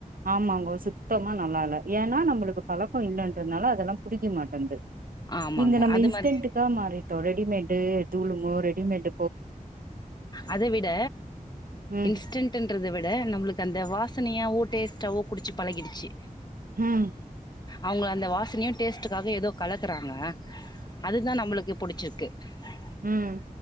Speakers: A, on the right (about 80°); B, on the left (about 30°).
A: ஆமாங்கோ சுத்தமா நல்லா இல்ல ஏன்னா நம்மளுக்கு பழக்கம் இல்லன்றதுனால அதெல்லாம் புடிக்க மாட்டங்குது
B: ஆமாங்க
A: இந்த நம்ம
B: அது
A: இன்ஸ்டண்ட்டக்கா
B: மாரி
A: மாறிட்டோம் ரெடிமேடு தூலுங்கோ ரெடிமேட்
B: அதை விட
A: ம்
B: இன்ஸ்டன்ட்ன்றத விட நம்மளுக்கு அந்த வாசனையா ஊட் டேஸ்ட்டாவோ குடிச்சி பழகிடுச்சு
A: உம்
B: அவுங்க அந்த வாசனையு டேஸ்ட்டுக்காகவே ஏதோ கலக்குறாங்க அது தான் நம்மளுக்கு புடிச்சிருக்கு இல்ல
A: உம்